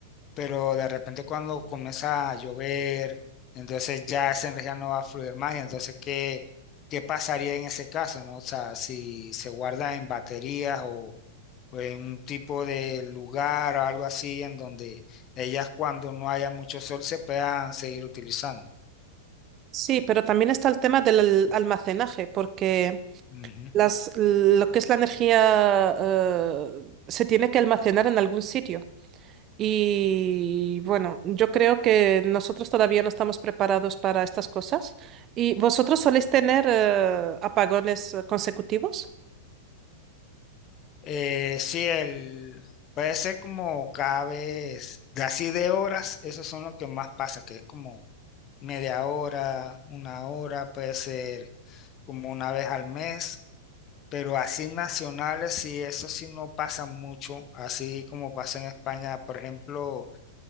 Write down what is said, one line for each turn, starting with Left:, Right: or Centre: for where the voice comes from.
Left: pero de repente cuando comienza a llover, entonces ya esa energía no va a fluir más. Y entonces, ¿qué, qué pasaría en ese caso, no? O sea, si se guarda en baterías o pues, un tipo de lugar o algo así en donde ellas cuando no haya mucho sol se puedan seguir utilizando.
Right: Sí, pero también está el tema del al- almacenaje, porque
Left: Ujú.
Right: las, lo que es la energía eh, se tiene que almacenar en algún sitio. Y bueno, yo creo que nosotros todavía no estamos preparados para estas cosas. ¿Y vosotros soléis tener eh, apagones eh, consecutivos?
Left: Eh, sí, el, puede ser como cada vez, de así de horas, esos son los que más pasa, que es como media hora, una hora, puede ser como una vez al mes, pero así nacionales, sí, eso sí no pasa mucho, así como pasa en España, por ejemplo.